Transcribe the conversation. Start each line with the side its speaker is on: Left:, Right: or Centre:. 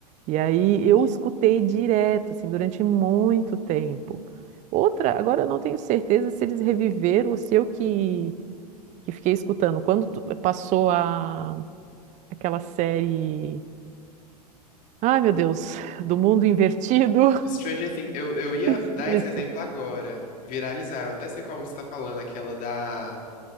Right: E aí eu escutei direto, assim, durante muito tempo. Outra, agora eu não tenho certeza se eles reviveram ou se eu que que fiquei escutando. Quando tu- passou a, aquela série. Ai, meu Deus, <laughs> do mundo invertido.
Left: Stranger Things, eu, eu ia
Right: <laughs>
Left: dar esse
Right: Isso,
Left: exemplo agora. Viralizaram, até sei qual música você tá falando, aquela da.